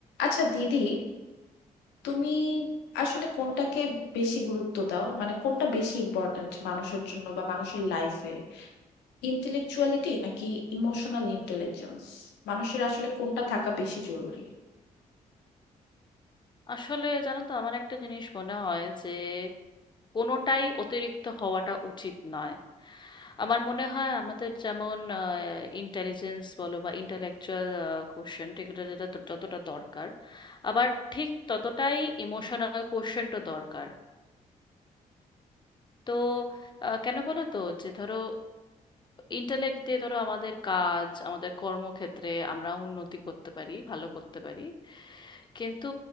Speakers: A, on the left; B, on the left.
A: আচ্ছা দিদি তুমি আসলে কোনটাকে বেশি গুরুত্ব দাও মানে কোনটা বেশি ইম্পর্ট্যান্ট মানুষের জন্য বা মানুষের লাইফে ইন্টেলেকচুয়ালিটি নাকি ইমোশনাল ইন্টেলিজেন্স মানুষের আসলে কোনটা থাকা বেশি জরুরি
B: আসলে জানো তো আমার একটা জিনিস মনে হয় যে কোনোটাই অতিরিক্ত হওয়াটা উচিত নয় আমার মনে হয় আমাদের যেমন ইন্টেলিজেন্স বলো বা ইন্টালেকচুয়াল কোশ্চেন এগুলো যেটা দ- যতটা দরকার আবার ঠিক ততটাই ইমোশনাল কোশ্চেনটা দরকার তো আহ, কেন বলো তো যে ধরো ইন্টালেক্ট দিয়ে ধরো আমাদের কাজ আমাদের কর্মক্ষেত্রে আমরা উন্নতি করতে পারি ভালো করতে পারি কিন্তু